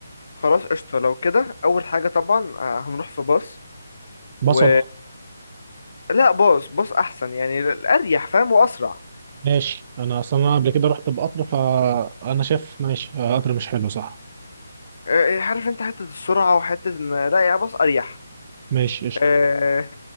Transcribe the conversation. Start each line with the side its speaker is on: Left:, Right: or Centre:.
Left: خلاص قشطه لو كده اول حاجه طبعا آه، هنروح في باص
Right: بصل
Left: و لا باص باص احسن يعني الاريح فاهم واسرع
Right: ماشي انا اصلا انا قبل كده رحت بقطر فانا شايف ماشي آه، قطر مش حلو صح
Left: آه، عارف انت حته السرعه وحته ان لا يا باص اريح
Right: ماشي قشطه
Left: أه